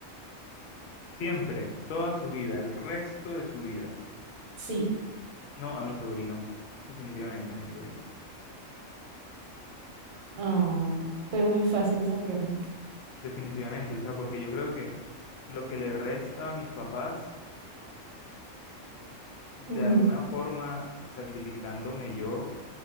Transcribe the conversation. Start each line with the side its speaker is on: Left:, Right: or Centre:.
Left: Siempre, toda su vida, el resto de su vida.
Right: Sí.
Left: No, a mi sobrino, definitivamente a mi sobrino,
Right: Ah, fue muy fácil esa pregunta.
Left: definitivamente, o sea, porque yo creo que lo que le resta a mis papás, de
Right: Ujú.
Left: alguna forma, sacrificándome yo,